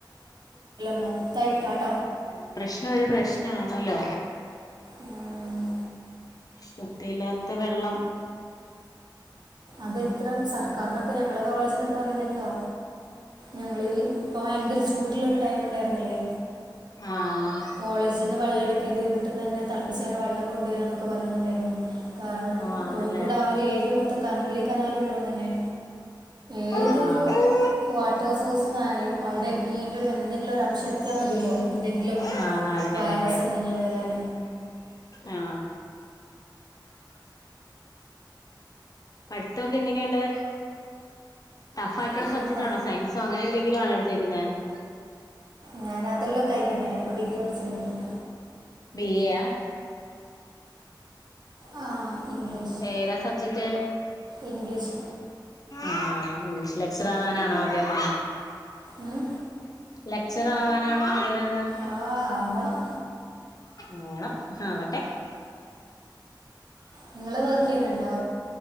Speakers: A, on the right; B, on the left.
A: മൊത്തയിട്ടാണ്
B: വെള്ള പ്രശ്നം ഒരു പ്രശ്നാണല്ലോ
A: ഉം.
B: ശുദ്ധിയില്ലാത്ത വെള്ളം
A: അത് എത്ര സർക്കാരിനൊക്കെ ഞങ്ങളെക്കെ കോളേജിന്നൊക്കെ പറയുന്നേക്കാ ഞങ്ങളീ ഇപ്പ ഭയങ്കര ചൂടുള്ള ഒരു ടൈമുണ്ടായിരുന്നില്ലേ
B: ആഹ്
A: കോളേജിന്ന് വെള്ളം എടുക്കരുത് വീട്ടന്ന് തന്നെ തൾപ്പിച്ചാറിയ വെള്ളം കൊണ്ടുവരാന്നൊക്കെ പറയുന്നുണ്ടായിരുന്നു കാരണം
B: ഓ ആണല്ലേ
A: കോഴിക്കോട് ആ ഒരു ഏരിയ മൊത്തം ഇ കനോലി കനാൽ ഉള്ളോണ്ടെന്നെ ഏതൊരു
B: ആഹ്
A: <unintelligible> <unintelligible> ആയാലും അവിടെ കീന്റൊരു എന്തെങ്കിലും ഒരംശം എത്തിയാ മതിയല്ലോ എന്തെങ്കിലും
B: ആഹ് അതെ
A: വൈറസ്
B: അതെ
A: എന്തെങ്കിലും വരാൻ
B: ആ പഠിത്തോക്കെ എങ്ങനെയുണ്ട് ടഫായിട്ടുള്ള
A: അതൊന്നും
B: സബ്ജക്ട്
A: ഇപ്പം
B: ആണോ സയൻസോ അങ്ങനെന്തെങ്കിലും ആണോ ചക്നെ <unintelligible>
A: ഞാന അതെല്ലാം കഴിഞ്ഞത ഞാനിപ്പോ ഡിഗ്രി വഠിച്ചോണ്ടിരിക്കാ
B: ബിയായ
A: ആ ഇംഗ്ലീഷ്
B: ഏതാ സബ്ജക്റ്റ്
A: ഇംഗ്ലീഷ്
B: ആഹ് ഇംഗ്ലീഷ് ലകാച്ചറാവാനാണോ അദ്ദേഹം
A: ഉം.
B: ലക് ച്ചറാവാനാണോ ആഗ്രഹം ആഹ്
A: ആ ആവണം
B: ഓണം ആവട്ടെ
A: നിങ്ങള് വർക്ക് ചെയ്യുന്നുണ്ടോ